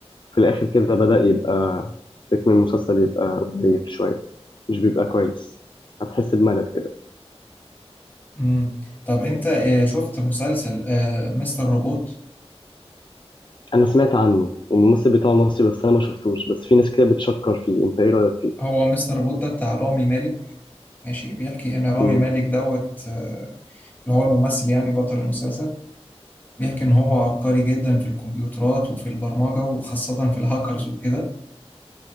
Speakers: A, on the left; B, on the left.
A: في الاخر كده بدأ يبقى رتم المسلسل يبقى قليل شويه مش بيبقى كويس هتحس بملل
B: مم. طب انت آه، شفت مسلسل آه، مستر روبوت
A: انا سمعت عنه والممثل بتاعه مصري بس انا ما شفتوش بس في ناس كده بتشكر فيه انت ايه رايك فيه
B: هو مستر روبوت ده بتاع رامي مالك ماشي بيحكي ان رامي
A: امم
B: مالك دوت آه، اللي هو الممثل يعني بطل المسلسل بيحكي ان هو عبقري جدا في الكمبيوترات وفي البرمجة وخاصة في الهاكرز وكده